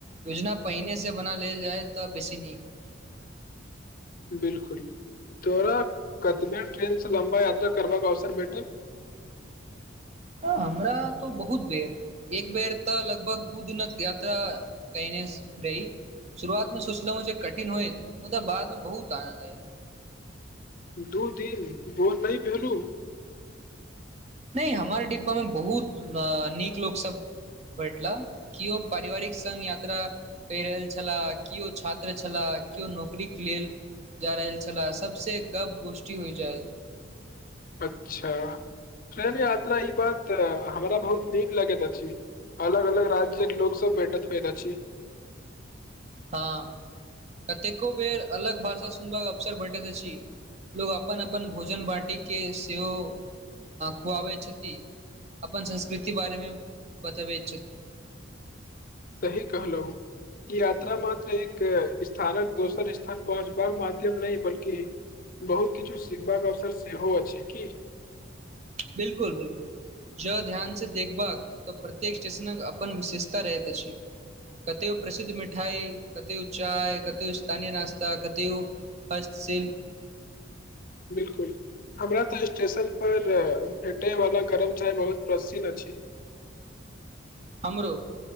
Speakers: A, on the right (about 35°); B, on the left (about 45°).
A: योजना पहिनेसँ बना लेल जाइ तऽ बेसी नीक
B: बिलकुल तोरा कतब ट्रेन से लम्बा यात्रा करबाके अवसर भेटल
A: ह हमरा तऽ बहुत बेर एक बेर तऽ लगभग दू दिनक यात्रा कयने रही शुरुआत में सोचलहु कठिन होई मुदा बादमे बहुत आनन्द आयल
B: दू दिन बोर नहि भेलहु
A: नहि हमर डिब्बा मे बहुत अ नीक लोक सब भेटल कीओ पारिवारिक संघ यात्रा कहि रहल छलाह किओ छात्र छलाह केओ नौकरीके लेल जा रहल छला सबसँ गप्प गोष्ठी होइ छै
B: अच्छा ट्रेन यात्रा ई बात हमरा बहुत नीक लगैत अछि अलग अलग राज्यक लोक सब भेट होइत अछि
A: हँ कतेको बेर अलग भाषा सुनबाक अवसर भेटैत अछि लोकोग अपन अपन भोजन बाटी के सेहो खुआबै छथि अपन संस्कृति बारेमे बतबैत छथिन
B: सही कहलौं यात्रा मात्र एक स्थानक दोसर स्थान पहुँचबाक माध्यम नहि बल्कि बहुत किछु सीखबाक अवसर सेहो अछि की
A: बिलकुल बिलकुल जँ ध्यानसँ देखबाक तऽ प्रत्येक स्टेशनक अपन विशेषता रहैत अछि कतेक ओ प्रसिद्ध मिठाई कतेओ चाय कतओ स्थानीय नाश्ता कतौ फर्स्ट सेल
B: बिलकुल हमरा तऽ स्टेशन पर भेटयवला गरम चाय बहुत प्रसन्न अछि
A: हमरो